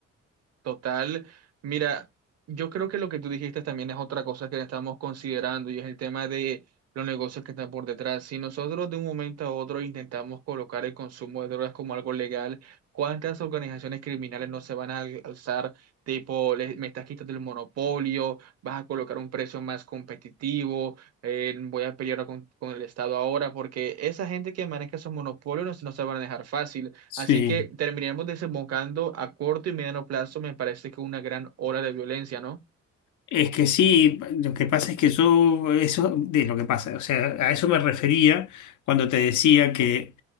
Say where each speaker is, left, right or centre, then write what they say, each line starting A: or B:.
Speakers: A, on the right (about 55°); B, on the left (about 75°).
A: Total, mira, yo creo que lo que tú dijiste también es otra cosa que estamos considerando y es el tema de los negocios que están por detrás. Si nosotros de un momento a otro intentamos colocar el consumo de drogas como algo legal, ¿cuántas organizaciones criminales no se van a al- alzar? Tipo, le- me estás quitando el monopolio, vas a colocar un precio más competitivo, eh, voy a pelear con, con el Estado ahora, porque esa gente que maneja esos monopolios no, se- no se van a dejar fácil.
B: sí.
A: Así que terminaremos desembocando a corto y mediano plazo, me parece que una gran ola de violencia, ¿no?
B: Es que sí, lo que pasa es que yo, eso de lo que pasa, o sea, a eso me refería cuando te decía que